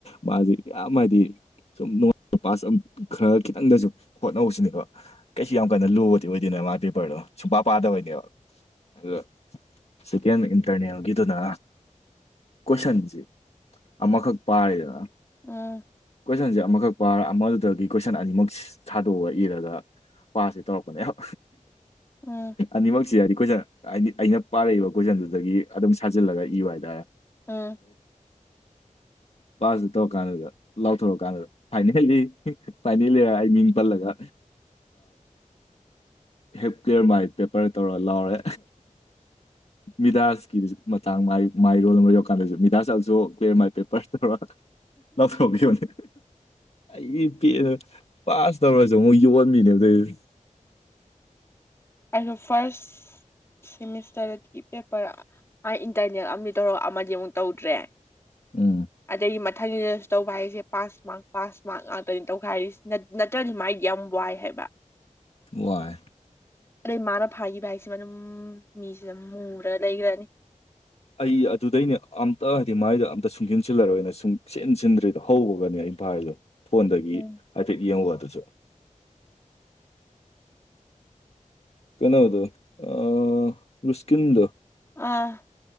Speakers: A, on the left; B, on the left.
A: ꯃꯥꯁꯤ ꯌꯥꯝ ꯍꯥꯏꯗꯤ ꯁꯨꯝ ꯅꯨꯡꯉꯥꯏꯕ ꯄꯥꯁ ꯈꯔ ꯈꯤꯇꯪꯗꯁꯨ ꯍꯣꯠꯅꯍꯧꯁꯤꯅꯦꯕ ꯀꯩꯁꯨ ꯌꯥꯝ ꯀꯟꯅ ꯂꯨꯕꯗꯤ ꯑꯣꯏꯗꯦꯅ ꯃꯥꯒꯤ ꯄꯦꯄꯔꯗꯣ ꯁꯨꯡꯄꯥ ꯄꯥꯗꯕꯩꯅꯦꯕ ꯑꯗꯨ ꯁꯦꯀꯦꯟ ꯏꯟꯇꯔꯅꯦꯜꯒꯤꯗꯨꯅ ꯁꯟꯁꯤ ꯑꯃꯈꯛ ꯄꯥꯏꯔꯤꯗꯅ
B: ꯎꯝ
A: ꯀꯣꯏꯁꯟꯁꯦ ꯑꯃꯈꯛ ꯄꯥꯔ ꯑꯃꯗꯒꯤ ꯀꯣꯏꯁꯟ ꯑꯅꯤꯃꯛ ꯁꯥꯗꯣꯛꯑꯒ ꯏꯔꯒ ꯄꯥꯁꯁꯤ ꯇꯧꯔꯛꯄꯅꯦꯕ
B: ꯎꯝ
A: ꯑꯅꯤꯃꯛꯁꯤ ꯍꯥꯏꯗꯤ ꯀꯣꯏꯁꯟ ꯍꯥꯏꯗꯤ ꯑꯩꯅ ꯄꯥꯔꯛꯏꯕ ꯀꯣꯏꯁꯟꯗꯨꯗꯒꯤ ꯑꯗꯨꯝ ꯁꯥꯖꯤꯜꯂꯒ ꯏꯌꯨ ꯍꯥꯏꯇꯥꯔꯦ
B: ꯎꯝ
A: ꯄꯥꯁꯇ ꯇꯧꯔ ꯀꯥꯟꯗꯨꯗ ꯂꯥꯎꯊꯣꯔꯛꯀꯥꯟꯗꯨꯗ ꯐꯥꯏꯅꯦꯜꯂꯤ ꯐꯥꯏꯅꯦꯜꯂꯤ ꯍꯥꯏꯔ ꯑꯩ ꯃꯤꯡ ꯄꯜꯂꯒ ꯍꯦꯞ ꯀꯂꯤꯌꯥꯔ ꯃꯥꯥꯏ ꯄꯦꯄꯔ ꯇꯧꯔ ꯂꯥꯎꯔꯦ ꯕꯤꯗꯥꯥꯁꯀꯤꯅꯦ <inaudible> ꯥ ꯃꯥꯏ ꯃꯥꯏ ꯔꯣꯜ ꯑꯃ ꯌꯧꯔꯀꯥꯟꯗꯁꯨ ꯃꯤꯗꯥ ꯆꯠꯂꯁꯨ ꯀ꯭ꯂꯤꯌꯥꯔ ꯃꯥꯏ ꯄꯦꯄꯔ ꯇꯧꯔ <inaudible> ꯂꯧꯊꯣꯛꯄꯤꯌꯨꯅꯦ ꯑꯩꯒꯤ ꯄꯦꯅ ꯄꯥꯁ ꯇꯧꯔꯁꯨ ꯑꯃꯨꯛ ꯌꯣꯟꯕꯤꯅꯦꯕ ꯑꯗꯨꯏ
B: ꯑꯩꯗꯣ ꯐꯥꯔꯁ ꯁꯦꯃꯤꯁꯇꯔꯒꯤ ꯄꯦꯄꯔꯔꯥ ꯃꯥ ꯏꯟꯇꯔꯅꯦꯜ ꯑꯃꯗꯤ ꯇꯧꯔꯒ ꯑꯃꯗꯤ ꯑꯃꯨꯛ ꯇꯧꯗ꯭ꯔꯦ
A: ꯎꯝ
B: ꯑꯗꯒꯤ ꯃꯊꯪꯒꯤꯗꯁꯨ ꯇꯧꯕ ꯍꯥꯏꯔꯤꯁꯦ ꯄꯥꯁ ꯃꯥꯔꯛ ꯄꯥꯁ ꯃꯥꯔꯛ ꯉꯥꯛꯇꯅꯤ ꯇꯧ ꯈꯥꯏꯔꯤꯁꯦ ꯅꯠꯇ꯭ꯔꯗꯤ ꯃꯥꯥꯏꯗꯤ ꯌꯥꯝ ꯋꯥꯏ ꯍꯥꯏꯕ
A: ꯋꯥꯏ
B: ꯑꯗꯩ ꯃꯥꯅ ꯐꯥꯒꯤꯈꯤꯕ ꯍꯥꯏꯁꯤꯃ ꯑꯗꯨꯝ ꯃꯤꯁꯤ ꯑꯗꯨ ꯃꯨꯔꯒ ꯂꯩꯈ꯭ꯔꯅꯤ
A: ꯑꯩ ꯑꯗꯨꯗꯩꯅꯦ ꯑꯝꯇ ꯍꯥꯏꯗꯤ ꯃꯥꯏꯗ ꯑꯝꯇ ꯁꯨꯡꯁꯤꯟꯁꯤꯜꯂꯔꯣꯏꯅ ꯁꯨꯡꯁꯤꯟ ꯁꯤꯟꯗ꯭ꯔꯤꯗꯣ ꯍꯧꯕꯒꯅꯦ ꯑꯩ ꯐꯥꯔꯤꯗꯣ ꯐꯣꯟꯗꯒꯤ
B: ꯎꯝ
A: ꯍꯥꯏꯐꯦꯠ ꯌꯦꯡꯉꯨꯕ ꯑꯗꯨꯁꯨ ꯀꯩꯅꯣꯗꯨ ꯑꯥ ꯔꯁꯀꯤꯟꯗꯨ
B: ꯑꯥ